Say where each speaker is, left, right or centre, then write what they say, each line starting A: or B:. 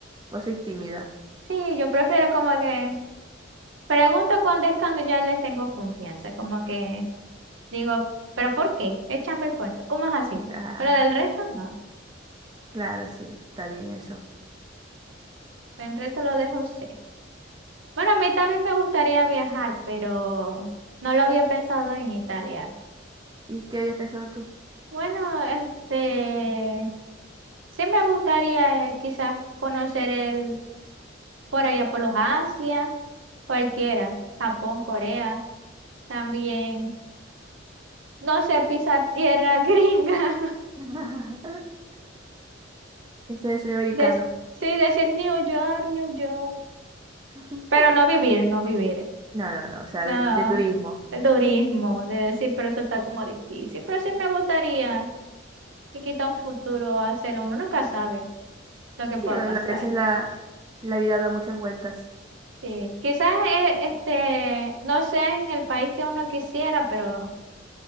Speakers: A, on the right (about 20°); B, on the right (about 80°).
A: Vos sois tímida.
B: Sí, yo prefiero como que pregunto cuando es cuando ya les tengo confianza, como que Digo, ¿pero por qué? Échame el cuento. ¿Cómo es así?
A: Ah,
B: Pero del resto no.
A: claro, sí, está bien eso.
B: Del resto lo dejo ser. Bueno, a mí también me gustaría viajar, pero no lo había pensado en Italia.
A: ¿Y qué habías pensado tú?
B: Bueno, este, sí me gustaría eh, quizás conocer el, por allá por los Asia, cualquiera, Japón, Corea, también, no sé, pisar tierra <laughs> gringa,
A: <laughs> Ese es el sueño americano.
B: des- sí, decir New York, New York,
A: <laughs>
B: pero no vivir, no vivir.
A: No, no, no, o sea,
B: No,
A: de, de turismo.
B: de turismo, de decir, pero eso está como difícil. Pero sí me gustaría, y quita un futuro hacerlo, uno nunca sabe lo que
A: Sí,
B: pueda
A: a
B: pasar.
A: a veces la, la vida da muchas vueltas.
B: Sí, quizás eh, este, no sea en el país que uno quisiera, pero